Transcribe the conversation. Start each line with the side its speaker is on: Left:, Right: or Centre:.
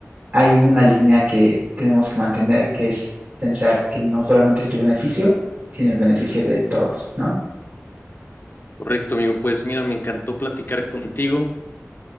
Right: hay una línea que tenemos que mantener, que es pensar que no solamente es tu beneficio, sino el beneficio de todos, ¿no?
Left: Correcto, amigo. Pues mira, me encantó platicar contigo.